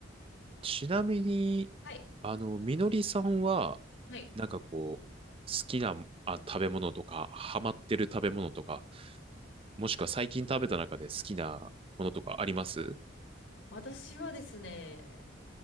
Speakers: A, on the right; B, on the left.
A: ちなみに、
B: はい。
A: あの、みのりさんは、
B: はい
A: なんかこう、好きな、あ、食べ物とか、ハマってる食べ物とか、もしくは最近食べた中で好きなものとかあります
B: 私はですね、